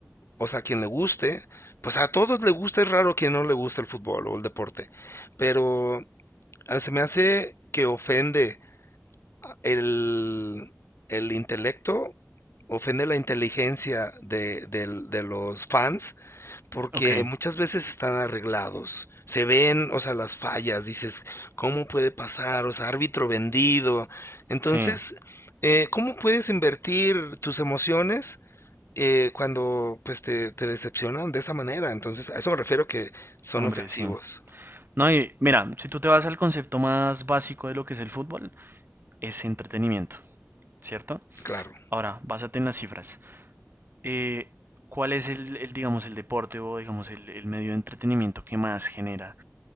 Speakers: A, on the left; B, on the right.
A: o sea, a quien le guste, pues a todos le gusta, es raro quien no le gusta el fútbol o el deporte, pero ah, se me hace que ofende el, el intelecto ofende la inteligencia de, del- de los fans porque
B: Ok,
A: muchas veces están arreglados. Se ven, o sea, las fallas, dices, ¿cómo puede pasar? O sea, árbitro vendido. Entonces,
B: sí,
A: eh, ¿cómo puedes invertir tus emociones eh, cuando pues te, te decepcionan de esa manera? Entonces, a eso me refiero que son
B: hombre,
A: ofensivos,
B: sí. No, y mira, si tú te vas al concepto más básico de lo que es el fútbol, es entretenimiento, ¿cierto?
A: claro.
B: Ahora, básate en las cifras. Eh, ¿cuál es el, el, digamos, el deporte o, digamos, el, el medio de entretenimiento que más genera